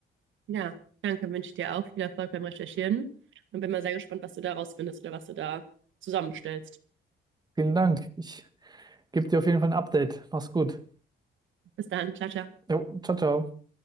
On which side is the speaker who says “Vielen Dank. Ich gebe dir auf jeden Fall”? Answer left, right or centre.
Right